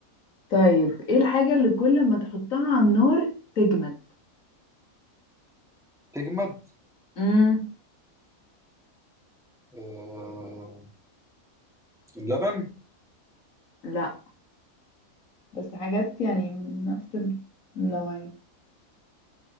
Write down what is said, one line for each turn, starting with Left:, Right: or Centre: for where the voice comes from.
Left: طيب ايه الحاجة اللي كل ما تحطها على النار تجمد
Centre: تجمد
Left: مم.
Centre: آه اللبن
Left: لا بس حاجات يعني من نفس النوعية